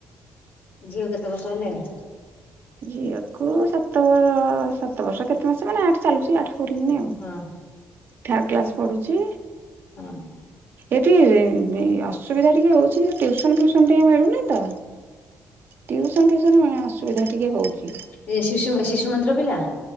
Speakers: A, on the left; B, on the right.
A: ଝିଅ କେତେ ବର୍ଷ ହେଲାଣି।
B: ଝିଅକୁ ସାତ ବ ସାତ ବର୍ଷ କେତେ ମାସ ମାନେ ଆଠ ଚାଲୁଚି ଆଠେ। କରିନି ଆଉ
A: ହଁ
B: ଥାର୍ଡ କ୍ଲାସ ପଢ଼ୁଛି।
A: ହେଇ
B: ଏଠି ଅସୁବିଧା ଟିକେ ହଉଛି ଟିୟୁସନ ଫ୍ୟୁସନ ଟିକେ ମିଳୁନି ତ। ଟିୟୁସନ ଫିୟୁସନ ଆଁ ଅସୁବିଧା ଟିକେ ହଉଛି
A: ଏ ଶିଶୁ ଶିଶୁ ମନ୍ଦିର ପିଲା।